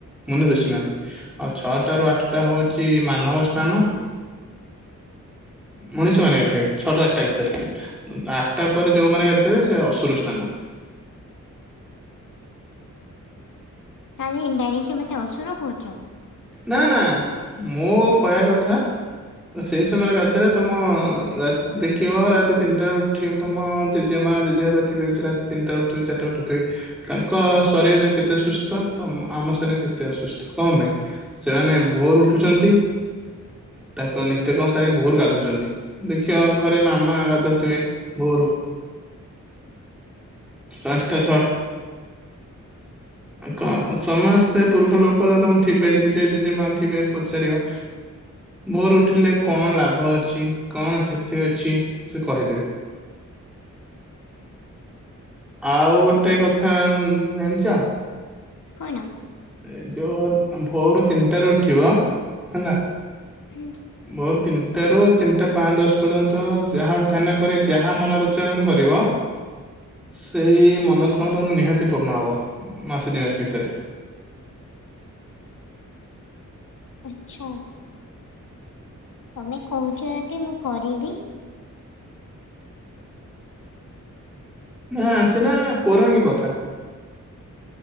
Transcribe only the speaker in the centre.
ମୁନି ଋଷି ମାନେ। ହଁ ଛଅଟ ରୁ ଆଠଟା ହଉଚି ମାନବ ସ୍ନାନ। ମଣିଷ ମାନେ ଗାଧେଇବେ ଛଅଟା ଆଠଟା ଭିତରେ। ଆଠଟା ପରେ ଯୋଉମାନେ ଗାଥିବେ ସେ ଅସୁର ସ୍ନାନ।
ନା ନା ମୁଁ କହିବା କଥା। ସେଇ ସମୟରେ ଗାଧେଈଲେ ତମ ରା ଦେଖିବ ରାତି ତିନିଟାରେ ଉଠି ବ ତମ ଜେ ଜେ ମା ଜେ ଜେ ବାପା ଥିବେ ସେ ତିନିଟା ଉଠଥିବୋରିଟା ଉଠୁଥିବେ। ତାଙ୍କ ଶରୀରରେ କେତେ ସୁସ୍ଥ ତ ଆମ ଶରୀର କେତେ ଅସୁସ୍ଥ କଣ ପାଇଁ? ସେମାନେ ଭୋର ଉଠୁଚନ୍ତି ତାଙ୍କ ନିତ୍ୟକାମ ସାରିକି ଭୋର ଗାଧଉଛନ୍ତି। ଦେଖିବ ଘରେ ମାମା ଗାଧଉଥିବେ ଭୋରୁ। ପାଞ୍ଚଟା ଛଅ କ ସମସ୍ତେ ପୁରୁଷ ଲୋକମ ଥିବେ ଜେ ଜେଜେ ମା ଥିବେ ପଚାରିବ ଭୋରୁ ଉଠିଲେ କଣ ଲାଭ ଅଛି କଣ କ୍ଷତି ଅଛି ସେ କହିଦେବେ।
ଆଉ ଗୋଟେ କଥା ଜାଣିଚ?
ଏ ଯୋଉ ଭୋରୁ ତିନିଟାରେ ଉଠିବ ହେଲା।
ଭୋରୁ ତିନିଟାରୁ ତିନିଟା ପାଞ୍ଚ ଦଶ ପର୍ଯ୍ୟନ୍ତ ଯାହା ଧ୍ୟାନ କରିବ ଯାହା ମନରୁ ଉଚ୍ଚାରଣ କରିବ ସେଇ ମନସ୍କାମ ତ ନିହାତି ପୂର୍ଣ୍ଣ ହବ ମାସେ ଦି ମାସେ ଭିତେରେ।
ନାଁ ସେଟା ପୌରାଣିକ କଥା।